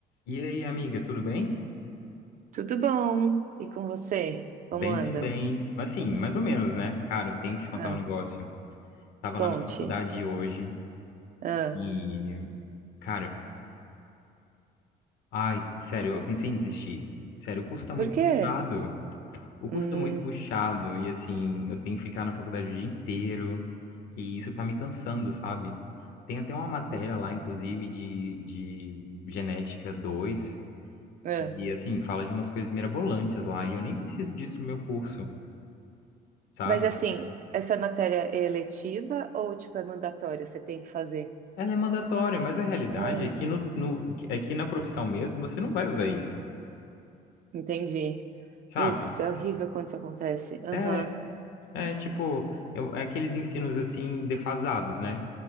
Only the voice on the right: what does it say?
Tudo bom? E com você? Como
anda?
Ah,
conte.
Ah,
por
quê?
Hum,
entendi.
Ah,
mas assim, essa matéria é eletiva ou tipo é mandatória? Você tem que fazer?
Ah,
entendi.
Putz, é horrível quando isso acontece. Aham,